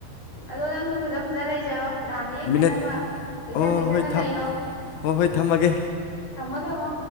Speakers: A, on the left; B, on the left.
A: ꯑꯗꯣ ꯅꯪꯁꯨ ꯐꯖ ꯐꯖꯅ ꯂꯩꯖꯔꯣ ꯅꯥꯗ ꯌꯦꯛꯇꯅꯕ
B: ꯃꯤꯅꯠ
A: ꯆꯦꯛꯁꯤꯟ
B: ꯑꯣ
A: ꯆꯦꯛꯁꯤꯟꯅ
B: ꯍꯣꯏ ꯊꯝ
A: ꯂꯩꯔꯣ
B: ꯍꯣꯏ ꯍꯣꯏ ꯊꯝꯃꯒꯦ
A: ꯊꯃ ꯀꯃꯣ